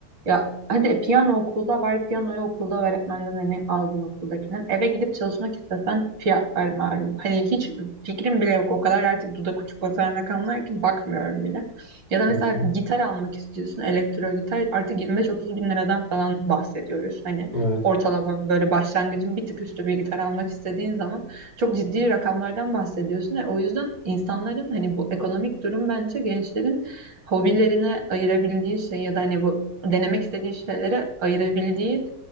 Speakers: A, on the right; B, on the left.
A: ya hadi e, piyano okulda var piyanoyu okulda öğretmenden hani aldın okuldakinden eve gidip çalışmak istesen fiyatlar malum hani hiç fikrim bile yok o kadar artık dudak uçuklatan rakamlar ki bakmıyorum bile. Ya da
B: Hı
A: mesela
B: hı.
A: gitar almak istiyorsun, elektro gitar artık 25-30 bin liradan falan bahsediyoruz. Hani
B: Evet.
A: ortalama böyle başlangıcın bir tık üstü bir gitar almak istediğin zaman çok ciddi rakamlardan bahsediyorsun. E, o yüzden insanların hani bu ekonomik durum bence gençlerin hobilerine ayırabildiği şey ya da hani bu denemek istediği şeylere ayırabildiği